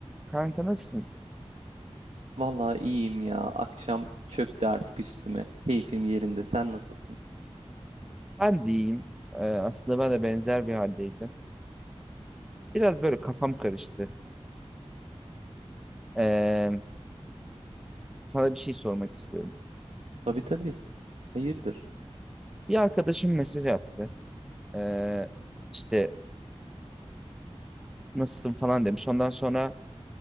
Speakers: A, in the centre; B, on the right.
A: Kanka nasılsın?
B: Vallahi iyiyim ya. Akşam çöktü artık üstüme. Keyfim yerinde. Sen nasılsın?
A: Ben de iyiyim. Ee, aslında ben de benzer bir haldeydim. Biraz böyle kafam karıştı. Ee, sana bir şey sormak istiyorum.
B: Tabii tabii. Hayırdır?
A: Bir arkadaşım mesaj attı. Ee, işte nasılsın falan demiş. Ondan sonra